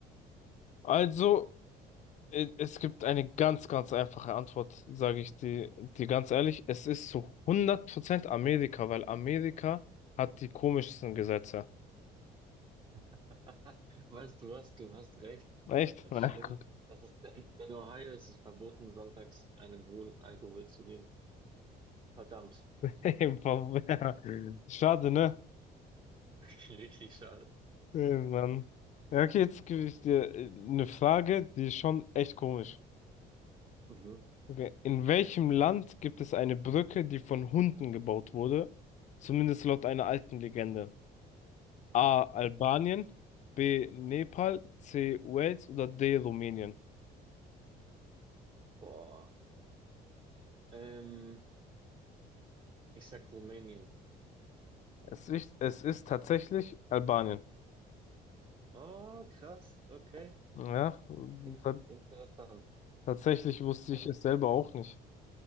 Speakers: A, on the left (about 45°); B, on the right (about 30°).
A: Also. E- Es gibt eine ganz, ganz einfache Antwort, sage ich dir, dir ganz ehrlich. Es ist zu 100% Amerika, weil Amerika hat die komischsten Gesetze.
B: <laughs> Weißt du was, du hast recht.
A: Echt?
B: Das
A: Na,
B: stimmt.
A: guck. <laughs>
B: Das ist in, in Ohio ist es verboten, sonntags einem hohen Alkohol zu geben. Verdammt,
A: Hey, Bob, ja. Schade, ne?
B: <laughs> richtig schade.
A: Hey, Mann. Ja, okay, jetzt gebe ich dir äh, eine Frage, die ist schon echt komisch.
B: Mhm.
A: Okay. In welchem Land gibt es eine Brücke, die von Hunden gebaut wurde? Zumindest laut einer alten Legende. A. Albanien, B. Nepal, C. Wales oder D. Rumänien?
B: Boah. Ähm, Ich sag Rumänien.
A: Es ist, es ist tatsächlich Albanien.
B: Oh, krass. Okay.
A: Ja,
B: In
A: ta-
B: interessant.
A: tatsächlich wusste
B: Eine,
A: ich es selber auch nicht.